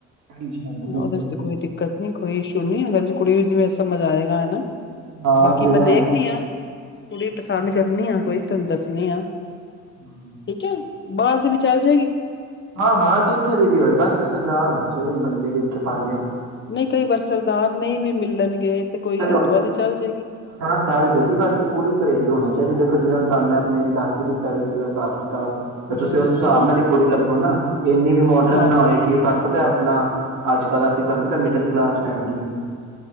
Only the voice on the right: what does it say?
ਹਾਂਜੀ ਹਾਂਜੀ ਬਿਲਕੁਲ
ਹਾਂ
ਤੇਰਾ
ਹਾਂਜੀ,
ਹਾਂ ਹਾਂ ਜਿੱਥੇ ਦੀ ਵੀ ਹੋਏ ਬਸ ਸਰਦਾਰ ਹੋਣੀ <unintelligible> ਬੰਦੇ ਵੇਖੇ ਕੇ ਪਾ
ਚਲੋ
ਹਾਂ ਚੱਲ ਜਾਏਗੀ ਬਸ ਕੁੜੀ ਘਰੇਲੂ ਹੋਣੀ ਚਾਹੀਦੀ ਦੇਖੋ ਜਿਵੇਂ ਹੁਣ ਤੁਹਾਨੂੰ ਮੈਂ ਆਪਣੇ ਦੱਸ ਹੀ ਦਿੱਤਾ ਵੀਰ ਦਾ ਹਿਸਾਬ ਤਾਂ ਤੇ
ਤੁਸੀਂ ਉਸ
ਹਿਸਾਬ
ਨਾਲ ਜੇ ਕੁੜੀ ਲੱਭੋ ਨਾ ਇੰਨੀ ਵੀ ਮੋਡਰਨ
ਨਾ ਹੋਏ
ਕਿ ਉਹ ਤੁਹਾਨੂੰ ਪਤਾ ਆਪਣਾ, ਅੱਜ-ਕੱਲ੍ਹ ਅਸੀਂ ਤੁਹਾਨੂੰ ਪਤਾ ਮਿਡਲ ਕਲਾਸ ਫੈਮਲੀ ਆ।